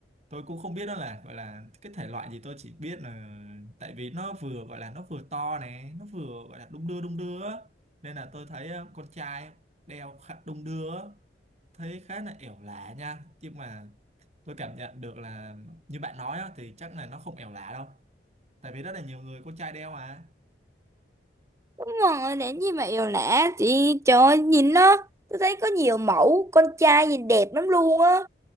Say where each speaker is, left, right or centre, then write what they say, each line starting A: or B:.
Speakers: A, on the right (about 35°); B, on the right (about 15°).
A: tôi cũng không biết đó là gọi là cái thể loại gì tôi chỉ biết là tại vì nó vừa gọi là nó vừa to này nó vừa gọi là đung đưa đung đưa á. nên là tôi thấy ờ, con trai đeo khá đung đưa á, thấy khá là ẻo lả nha nhưng mà tôi cảm nhận được là như bạn nói á, thì chắc là nó không ẻo lả đâu tại vì rất là nhiều người con trai đeo mà
B: Đúng rồi, đến gì mà yêu lạ chị trời ơi, nhìn nó tôi thấy có nhiều mẫu con trai nhìn đẹp lắm luôn á